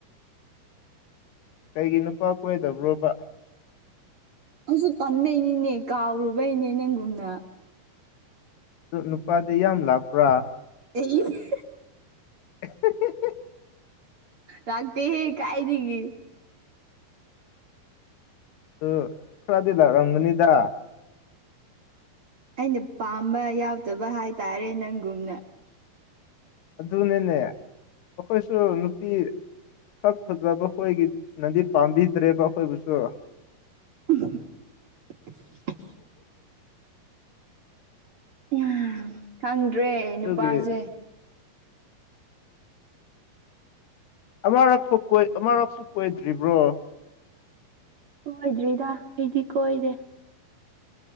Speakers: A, on the left; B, on the right.
A: ꯀꯩꯒꯤ ꯅꯨꯄꯥ ꯀꯣꯏꯗꯕ꯭ꯔꯣꯕ
B: ꯍꯧꯖꯤꯛ ꯄꯟꯕꯩꯅꯤꯅꯦ ꯀꯥꯎꯔꯨꯕꯩꯅꯦ ꯅꯪꯒꯨꯝꯅ
A: ꯑꯗ ꯅꯨꯄꯥꯗꯤ ꯌꯥꯝ ꯂꯥꯛꯄ꯭ꯔꯥ
B: ꯑꯩ <unintelligible>
A: <unintelligible>
B: ꯂꯥꯛꯇꯦ ꯍꯦ ꯀꯥꯏꯗꯒꯤ
A: ꯑꯗꯣ ꯈꯔꯗꯤ ꯂꯥꯛꯑꯝꯒꯅꯤꯗ
B: ꯑꯩꯅ ꯄꯥꯝꯕ ꯌꯥꯎꯗꯕ ꯍꯥꯏꯇꯥꯔꯦ ꯅꯪꯒꯨꯝꯅ
A: ꯑꯗꯨꯅꯤꯅꯦ ꯑꯩꯈꯣꯏꯁꯨ ꯅꯨꯄꯤ ꯁꯛ ꯐꯖꯕ ꯑꯩꯈꯣꯏꯒꯤ ꯅꯗꯤ ꯄꯥꯝꯕꯤꯗ꯭ꯔꯦꯕ ꯑꯩꯈꯣꯏꯕꯨꯁꯨ
B: <inaudible> ꯌꯥꯝ ꯈꯪꯗ꯭ꯔꯦ
A: ꯑꯗꯨꯒꯤ
B: ꯅꯨꯄꯥꯖꯦ
A: ꯑꯃꯔꯛ ꯐꯥꯎ ꯀꯣꯏ ꯑꯃꯔꯛꯁꯨ ꯀꯣꯏꯗ꯭ꯔꯤꯕ꯭ꯔꯣ
B: ꯀꯣꯏꯗ꯭ꯔꯤꯗ ꯑꯩꯗꯤ ꯀꯣꯏꯔꯦ